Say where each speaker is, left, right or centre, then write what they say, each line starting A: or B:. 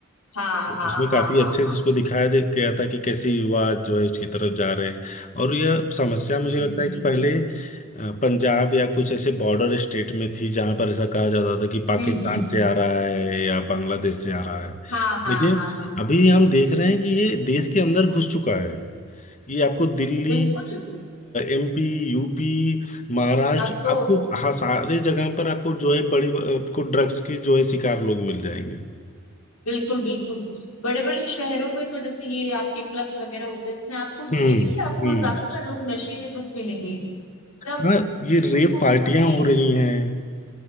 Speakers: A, on the left; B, on the left.
A: हाँ हाँ
B: उसमें काफी
A: हाँ हाँ
B: अच्छे से
A: हाँ
B: इसको दिखाया दे- गया था कि कैसे युवा जो है उसकी तरफ जा रहे हैं और यह समस्या मुझे
A: बिल्कुल
B: लगता है कि
A: बिल्कुल
B: पहले अ, पंजाब या कुछ ऐसे बॉर्डर स्टेट में थी जहां पर ऐसा कहा जाता था कि पाकिस्तान
A: हम्म हम्म
B: से आ रहा है या बांग्लादेश से आ रहा है
A: हाँ हाँ
B: लेकिन
A: हाँ हाँ
B: अभी हम देख रहे हैं कि ये देश के अंदर घुस चुका है ये आपको दिल्ली
A: बिल्कुल
B: एमपी यूपी महाराष्ट्र
A: आपको
B: आपको हाँ सारे जगह पर आपको जो है बड़े आपको ड्रग्स के जो है शिकार लोग मिल जाएंगे
A: बिल्कुल बिल्कुल बड़े बड़े शहरों में तो जैसे ये आपके क्लब्स वगैरह होते हैं इसमें आपको
B: हम्म
A: देखिए आपको
B: हम्म
A: ज्यादातर लोग नशे में दुख मिलेंगे मतलब
B: हाँ ये
A: ये
B: रेप
A: देखो बहुत
B: पार्टियां
A: ही
B: हो रही हैं